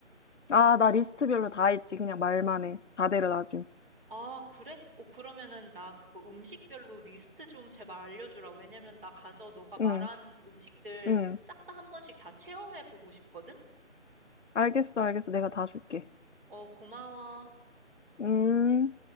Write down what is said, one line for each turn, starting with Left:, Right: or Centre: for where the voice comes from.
Left: 아, 나 리스트별로 다 했지. 그냥 말만 해. 다 데려다 줌.
Right: 아, 그래? 어, 그러면은 나 그거 음식별로 리스트 좀 제발 알려주라. 왜냐면 나 가서 너가 말한
Left: 응,
Right: 음식들
Left: 응.
Right: 싹 다 한 번씩 다 체험해보고 싶거든?
Left: 알겠어, 알겠어. 내가 다 줄게.
Right: 어, 고마워.
Left: 음.